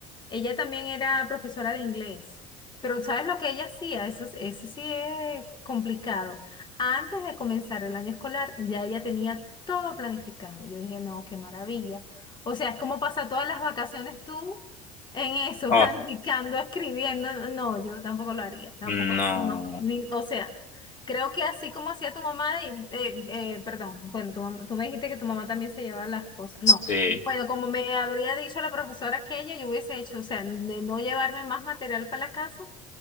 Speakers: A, on the left; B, on the left.
A: ella también era profesora de inglés. Pero ¿sabes lo que ella hacía? Eso, es- eso sí es complicado. Antes de comenzar el año escolar, ya ella tenía todo planificado. Yo dije, no, qué maravilla. O sea, es como pasar todas las vacaciones tú en eso,
B: Ah,
A: <laughs> planificando, escribiendo. No, yo tampoco lo haría, tampoco,
B: no.
A: no. Ni, o sea. Creo que así como hacía tu mamá, y- eh, eh, perdón, bueno, tu mam- tú me dijiste que tu mamá también se llevaba las cosas. No,
B: Sí.
A: bueno, como me habría dicho la profesora que ella, yo hubiese hecho, o sea, de no llevarme más material para la casa